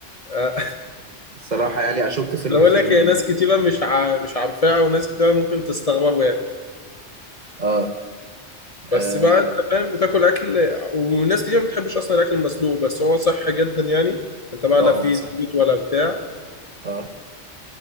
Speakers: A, on the left; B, on the right.
A: آه.
B: الصراحه يعني اشك في
A: <laughs>
B: ال
A: انا بقول
B: في
A: لك
B: ال
A: هي ناس كتيره مش ع... مش عارفاها وناس كتيره ممكن تستغربوا
B: اه اه
A: بس بقى انت فاهم بتاكل اكل وناس كتير ما بتحبش اصلا الاكل المسلوق بس هو صحي جدا يعني انت بقى
B: اه
A: لا فيه
B: هو صح
A: زيوت ولا بتاع
B: اه